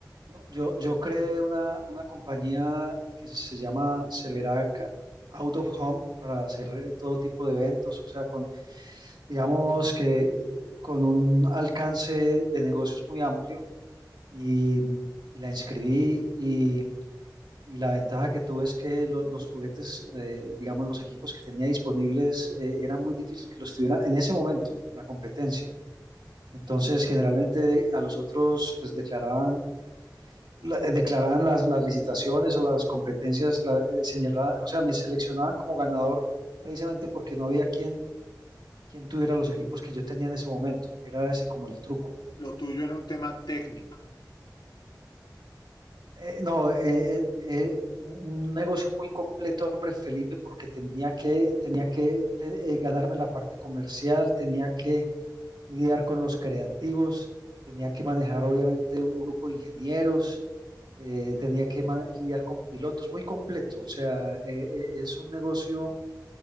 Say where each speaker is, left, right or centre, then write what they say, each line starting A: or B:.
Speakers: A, on the right; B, on the left.
A: No, yo, yo creé una, una compañía que se se llama Celerac Out of Home para hacer eh, todo tipo de eventos, o sea, con, digamos que con un alcance de negocios muy amplio y, y la inscribí y, y la ventaja que tuve es que lo- los juguetes, eh, digamos, los equipos que tenía disponibles eh, era muy difícil que los tuviera en ese momento, la competencia. Entonces, generalmente a los otros les declaraban la, eh, declaraban las, las, licitaciones o las competencias la, eh, señaladas, o sea, me seleccionaban como ganador precisamente porque no había quien, quien tuviera los equipos que yo tenía en ese momento. Era ese como el truco.
B: Lo tuyo era un tema técnico.
A: Eh, no, eh, eh, eh, un negocio muy completo, hombre Felipe, porque tenía que, tenía que te, eh, ganarme la parte comercial, tenía que lidiar con los creativos, tenía que manejar obviamente un grupo de ingenieros, eh, tenía que ma- lidiar con pilotos, muy completo. O sea, eh, eh, es un negocio,